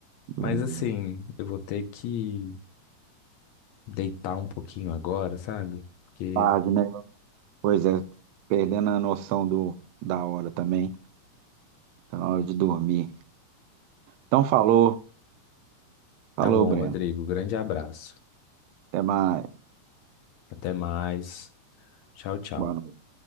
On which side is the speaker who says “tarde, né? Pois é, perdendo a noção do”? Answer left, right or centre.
Right